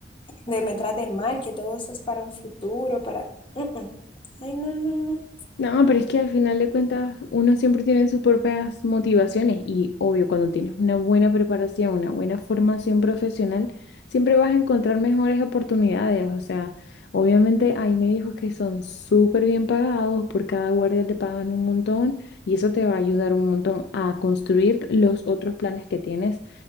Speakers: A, on the left (about 30°); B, on the left (about 65°).
A: que me traten mal, que todo eso es para un futuro, para... Mm, mm. Ay, no, no, no.
B: No, pero es que al final de cuentas uno siempre tiene sus propias motivaciones y obvio, cuando tienes una buena preparación, una buena formación profesional, siempre vas a encontrar mejores oportunidades. O sea, obviamente hay médicos que son súper bien pagados, por cada guardia te pagan un montón y eso te va a ayudar un montón a construir los otros planes que tienes,